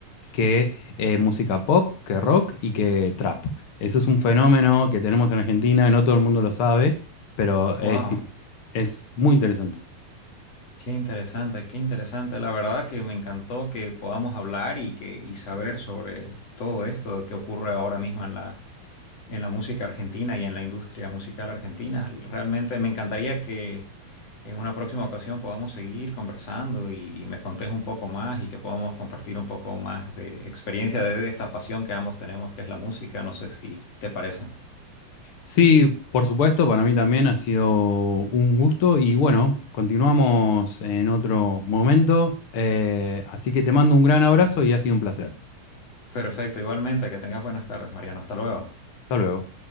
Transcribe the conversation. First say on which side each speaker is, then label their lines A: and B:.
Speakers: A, on the left; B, on the left.
A: que eh, música pop, que rock y que trap. Eso es un fenómeno que tenemos en Argentina, no todo el mundo lo sabe, pero
B: Wow,
A: es impresionante es muy interesante.
B: qué interesante, qué interesante. La verdad que me encantó que podamos hablar y que y saber sobre todo esto que ocurre ahora mismo en la en la música argentina y en la industria musical argentina. Realmente me encantaría que en una próxima ocasión podamos seguir conversando y, y me contés un poco más y que podamos compartir un poco más de experiencia de, de esta pasión que ambos tenemos, que es la música. No sé si te parece.
A: Sí, por supuesto, para mí también ha sido un gusto y bueno, continuamos en otro momento. Eh, así que te mando un gran abrazo y ha sido un placer.
B: Perfecto, igualmente, que tengas buenas tardes, Mariano. Hasta luego.
A: Hasta luego.